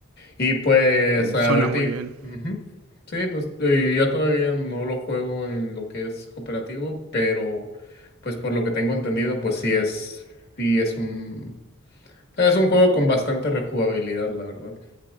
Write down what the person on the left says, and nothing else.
Y pues ahorita...
y-
ujú. Sí, pues y yo todavía no lo juego en lo que es cooperativo, pero pues por lo que tengo entendido, pues sí es, sí es un, es un juego con bastante rejugabilidad, la verdad.